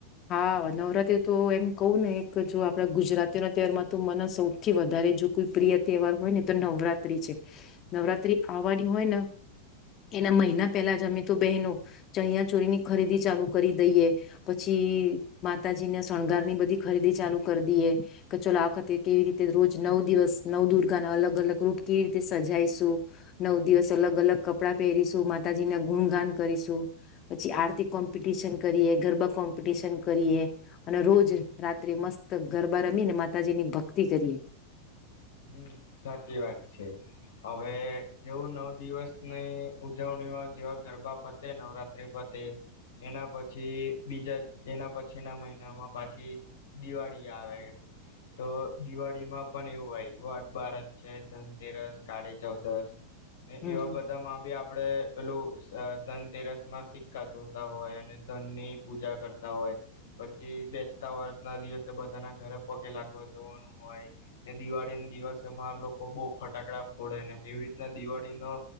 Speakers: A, on the left (about 35°); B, on the left (about 60°).
A: હા નવરાત્રી તો એમ કવું ને એક જો આપડા ગુજરાતીઓ ના તહેવારમાં તો મને સૌથી વધારે જો કોઈ પ્રિય તહેવાર હોય ને તો નવરાતિ છે નવરાત્રી આવવાની હોય ને એના મહિના પહેલા જ અમે તો બહેનો ચણિયા ચોરીની ખરીદી ચાલુ કરી દઈએ પછ પછ માતાજીને શણગાર ની બધી ખરીદી ચાલુ કરી દઈએ કે ચલો આ વખતે કેવી રીતે રોજ નવ દિવસ નવ દુર્ગાના અલગ અલગ રૂપ કેવી રીતે સજાઈશું નવ દિવસ અલગ અલગ કપડા પહેરીશું માતાજી ના ગુણગાન કરીશું પછી આરતી કોમ્પિટિશન કરીએ ગરબા કોમ પિશન કરીએ અને રોજ રાત્રે મસ્ત ગરબા રમીને માતાજીની ભક્તિ કરીએ
B: હમ. સાચી વાત છે. હવે જેવું નવ દિવસની ઉજવણીમાં જેવા ગરબા પતે નવરાત્ર્રી ફતે એના પછી બીજા એના પછી ના મહિનામાં પછી દિવાળી આવે તો દિવાળીમાં પણ એવું હોય વોર્ડ બારસ છે ધનતેરસ કાળી ચૌદશ ને
A: હમ
B: એવા બધા માં બી આપ આપડે પેલું ધનતેરસ માં સિક્કા ધોતા હોય અને ધનની પૂજા કરતા હોય પછી બેચતા વર્ષ ના દિવસે બધાના ઘરે પગે લાગવા જોવાનું હોય એ દિવાળી દિવસોમાં લોકો બહુ ફટાકડા ફોડે ને એવી રીતના દિવાળી નો